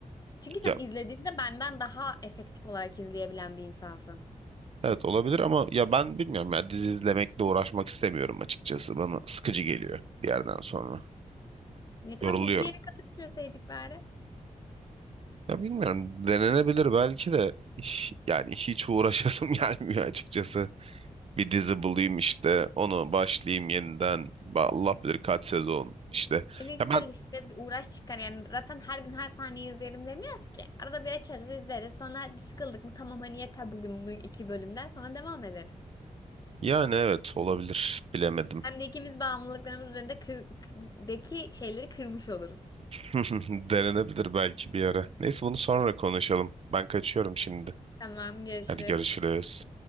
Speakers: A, on the left; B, on the right.
A: Çünkü sen
B: Ya,
A: izlediğinde benden daha efektif olarak izleyebilen bir insansın.
B: evet olabilir ama ya ben bilmiyorum ya dizi izlemekle uğraşmak istemiyorum açıkçası. Bana sıkıcı geliyor bir yerden sonra.
A: Ya tamam
B: Yoruluyorum.
A: Bir yere kadar izleseydik bari.
B: Ya bilmiyorum denenebilir belki de Hiç- yani hiç uğraşasım <laughs> gelmiyor açıkçası. Bir dizi bulayım işte onu başlayayım yeniden. Ba- Allah bilir kaç sezon işte.
A: E ne güzel
B: Ya ben
A: işte bir uğraş çıkar yani zaten her gün her saniye izleyelim demiyoruz ki. Arada bir açarız izleriz sonra sıkıldık mı tamam hani yeter bugün bu iki bölümden sonra devam ederiz.
B: Yani evet olabilir. Bilemedim.
A: Hem de ikimiz bağımlılıklarımız üzerinde kır- deki şeyleri kırmış oluruz.
B: <laughs> Denenebilir belki bir ara. Neyse bunu sonra konuşalım. Ben kaçıyorum şimdi.
A: Tamam, görüşürüz.
B: Hadi görüşürüz.